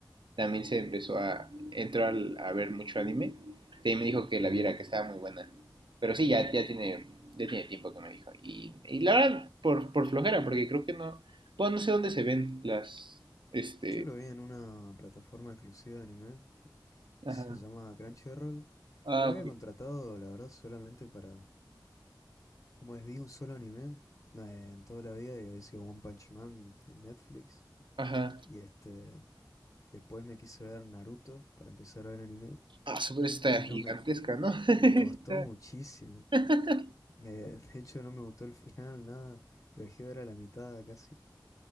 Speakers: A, on the right; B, on the left.
A: también se empezó a, entró al- a ver mucho anime. Y me dijo que la viera, que estaba muy buena. Pero sí, ya, ya tiene, ya tiene tiempo que me dijo. Y, y la verdad, por, por flojera, porque creo que no, bueno, no sé dónde se ven las, este,
B: Yo lo vi en una plataforma exclusiva de anime <laughs> que
A: Ajá.
B: se llama Crunchyroll.
A: Ah,
B: Y la había contratado, la verdad, solamente para... Como es, vi un solo anime eh, en toda la vida y había sido One Punch Man en Netflix.
A: Ajá.
B: Y este... Después me quise ver Naruto para empezar a ver anime
A: Ah, super está
B: y no
A: gigantesca,
B: me,
A: ¿no? <laughs>
B: me costó muchísimo.
A: Está-
B: Me, de hecho, no me gustó el final, nada. Lo dejé ver a la mitad casi.